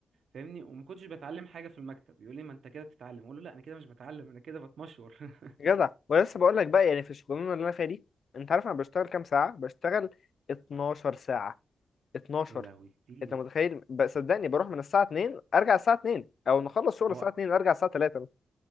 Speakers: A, on the right; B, on the left.
A: فاهمني وما كنتش بتعلم حاجه في المكتب يقول لي ما انت كده بتتعلم اقول له لا انا كده مش بتعلم انا كده بتمشور <laughs>
B: جدع ولسه بقول لك بقى يعني في الشغلانة اللي انا فيها دي انت عارف انا بشتغل كام ساعة بشتغل 12 ساعة 12
A: يا لهوي كتير
B: انت متخيل ب- صدقني بروح من الساعه 2 ارجع الساعه 2 او نخلص شغل
A: هو
B: الساعه 2 ارجع الساعه 3 بس.